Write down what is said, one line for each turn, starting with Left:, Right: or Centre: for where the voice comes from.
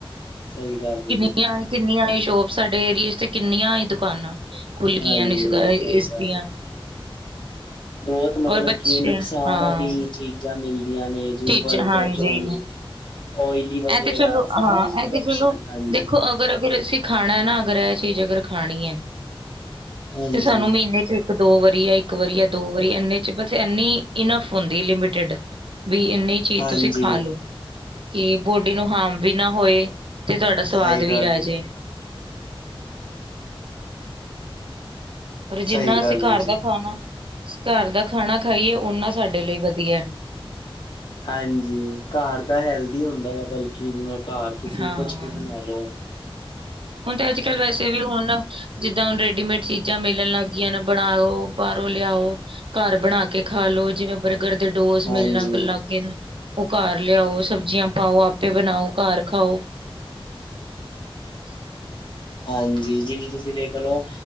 Left: ਸਹੀ ਗੱਲ ਹੈ
Right: ਕਿੰਨੀਆਂ।
Left: ਜੀ
Right: ਕਿੰਨੀਆਂ ਹੀ ਸ਼ੋਪਸ ਸਾਡੇ ਏਰੀਏ ਚ ਤੇ ਕਿੰਨੀਆਂ ਈ ਦੁਕਾਨਾਂ। ਖੁੱਲ
Left: ਹਾਂਜੀ,
Right: ਗਈਆਂ ਨੇ ਇਸ ਇਸ
Left: ਸਹੀ ਗੱਲ
Right: ਦੀਆਂ
Left: ਏ। ਬੋਤ ਮਤਲਬ
Right: ਔਰ ਬੱਚੇ
Left: ਕਿ ਨੁਕਸਾਨ
Right: ਹਾਂ
Left: ਵਾਲੀ ਚੀਜ਼ਾਂ ਮਿਲਦੀਆਂ ਨੇ। ਜਿਵੇ
Right: ਚੀਜ਼
Left: ਬਰਗਰ,
Right: ਹਾਂਜੀ
Left: ਚੌਮੀਨ ਓਇਲੀ ਵਗੈਰਾ
Right: ਤੇ ਚਲੋ
Left: ਇਹ ਸਾਰਾ
Right: ਹਾਂ
Left: ਇਨਫੈਕਸ਼ਨ
Right: ਇਹ ਤੇ ਚਲੋ
Left: ਹਾਂਜੀ।
Right: ਦੇਖੋ ਅਗਰ ਬਰ ਅਸੀਂ ਖਾਣਾ ਏ ਨਾ ਅਗਰ ਇਹ ਚੀਜ਼ ਅਗਰ ਖਾਣੀ ਏ,
Left: ਹਾਂਜੀ
Right: ਤੇ ਸਾਨੂੰ ਮਹੀਨੇ ਚ ਇਕ- ਦੋ ਵਾਰੀ ਯਾ ਇੱਕ ਵਾਰੀ ਜਾਂ ਦੋ ਵਾਰੀ ਇਨੇ ਚ ਬਸ ਇੰਨੀ ਇਨਫ ਹੁੰਦੀ ਏ ਲਿਮਿਟਡ। ਵਈ ਇੰਨੀ ਚੀਜ਼
Left: ਹਾਂਜੀ
Right: ਤੁਸੀਂ ਖਾ ਲੋੋ। ਕਿ ਬੋਡੀ ਨੂੰ ਹਾਰਮ ਵੀ ਨਾ ਹੋਏ, ਤੇ ਤੁਹਾਡਾ ਸਵਾਦ
Left: ਸਹੀ
Right: ਵੀ
Left: ਗੱਲ
Right: ਰਹਿ
Left: ਹੈ।
Right: ਜੇ। ਔਰ ਜਿੰਨਾ
Left: ਸਹੀ
Right: ਅਸੀਂ
Left: ਗੱਲ
Right: ਘਰ
Left: ਏ ਜੀ।
Right: ਦਾ ਖਾਣਾ- ਘਰ ਦਾ ਖਾਣਾ ਖਾਈਏ ਓਨਾ ਸਾਡੇ ਲਈ ਵਧੀਆ।
Left: ਹਾਂਜੀ ਘਰ ਤਾਂ ਹੈਲਥੀ ਹੁੰਦਾ ਆ ਬਲਕਿ ਜਿਵੇਂ ਘਰ ਤੁਸੀਂ
Right: ਹਾਂ
Left: ਕੁਛ ਵੀ ਬਣਾ ਲਓ।
Right: ਹੁਣ ਤੇ ਅੱਜ ਕੱਲ ਵੈਸੇ ਵੀ ਹੁਣ। ਜਿੱਦਾਂ ਹੁਣ ਰੈਡੀਮੇਡ ਚੀਜ਼ਾਂ ਮਿਲਣ ਲੱਗ ਗਈਆਂ ਨਾ ਬਣਾਓ ਬਾਹਰੋਂ ਲਿਆਓ। ਘਰ ਬਣਾ ਕੇ ਖਾ ਲੋ ਜਿਵੇਂ ਬਰਗਰ ਦੇ ਰੋਜ਼
Left: ਹਾਂਜੀ,
Right: ਮਿਲ ਨਲ ਗੱਲ ਲਗੇ ਨ ਓ ਘਰ ਲਿਆਓ ਸਬਜ਼ੀਆਂ ਪਾਓ ਆਪੇ ਬਣਾਓ ਘਰ ਖਾਓ। <inaudible>
Left: ਹਾਂਜੀ ਜਿਵੇਂ ਤੁਸੀਂ ਵੇਖ ਲਓ